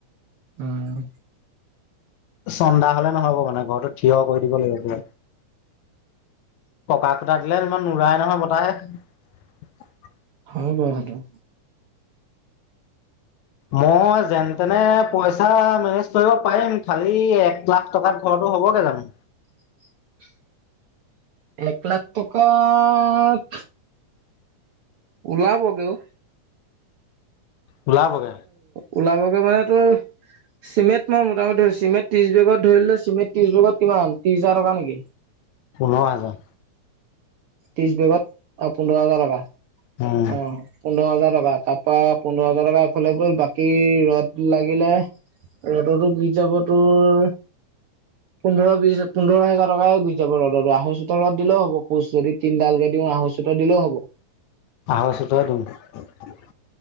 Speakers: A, on the right; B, on the left.
A: উম।
B: চন্দা হলে নহ'ব মানে ঘৰতো থিয় কৰি দিব লাগিব <unintelligible> পকা খুটা দিলে ইমান নুৰাই নহয় বতাহে।
A: হয় বাৰু সেইটো।
B: মই যেন তেনে পইচা মেনেজ কৰিব পাৰিম খালি এক লাখ টকাত ঘৰ টো হ'বগে জানো?
A: <inaudible> এক লাখ টকাত ওলাবগে ও।
B: ওলাবগে।
A: ওলাবগে মানে তো চিমেট মই মোটামুটি ধৰিছো চিমেট ত্ৰিছ বেগত ধৰিলো চিমেট ত্ৰিছ বেগত কিমান ত্ৰিছ হাজাৰ টকা নেকি?
B: পোন্ধৰ হাজাৰ।
A: ত্ৰিছ বেগত অ পোন্ধৰ হাজাৰ টকা,
B: উম
A: অহ পোন পোন্ধৰ হাজাৰ টকা তাৰ পৰা পোন্ধৰ হাজাৰ টকা এফালে গ'ল বাকী ৰ'দ লাগিলে ৰ'ডতো গুচি যাব তোৰ পোন্ধৰ বিছ পোন্ধৰ হাজাৰ টকা গুচি যাব ৰড'টো আৰু চোতালত দিলেও হব পোষ্ট যদি তিন ডাল কে দিওঁ আহৈ চতা দিলেও হ'ব।
B: আহৈ ছটা <unintelligible>